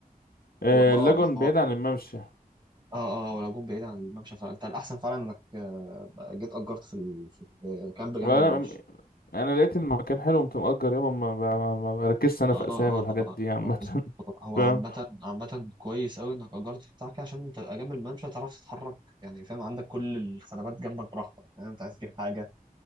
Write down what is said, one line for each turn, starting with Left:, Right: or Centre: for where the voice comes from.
Left: آه،
Right: هو اه
Left: اللاجون
Right: ما هو
Left: بعيد عن الممشى
Right: اه اه ولو جون بعيد عن الممشى فانت الاحسن فعلا انك آه، بقى جيت اجرت في ال... في في كامب جنب
Left: ولا
Right: الممشى
Left: انا لقيت المكان حلو قمت مأجر يابا ما ما- ما بركزش انا
Right: اه
Left: في
Right: اه
Left: اسامي والحاجات
Right: اه آه، آه،
Left: دي عامه
Right: آه، بالظبط.
Left: <laughs>
Right: هو
Left: فاهم
Right: عامة عامة كويس أوي إنك أجرت بتاع كده عشان تبقى جنب الممشى تعرف تتحرك يعني فاهم عندك كل الخدمات جنبك براحتك فاهم أنت عايز تجيب حاجة